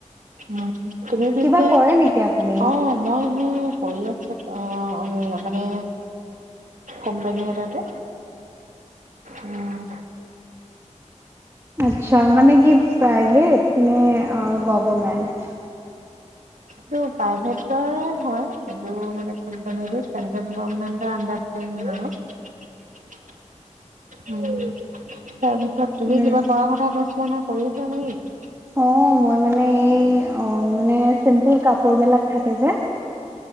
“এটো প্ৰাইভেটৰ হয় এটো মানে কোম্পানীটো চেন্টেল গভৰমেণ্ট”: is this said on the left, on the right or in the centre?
Right